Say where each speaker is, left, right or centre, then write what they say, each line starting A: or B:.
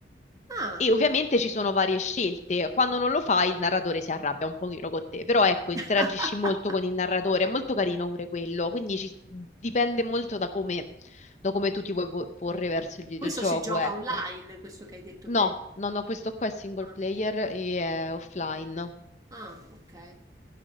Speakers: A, on the right (about 20°); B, on the left (about 40°).
A: ah.
B: E ovviamente ci sono varie scelte. Quando non lo fai, il narratore si arrabbia un pochino con te, però ecco, interagisci
A: <laughs>
B: molto con il narratore, è molto carino pure quello, quindi ci- dipende molto da come, da come tu ti vuoi po- porre verso il videogioco,
A: Questo si gioca
B: ecco.
A: online, questo che hai detto
B: No,
A: te.
B: no, no, questo qua è single
A: Ah,
B: player e è offline.
A: ah, ok.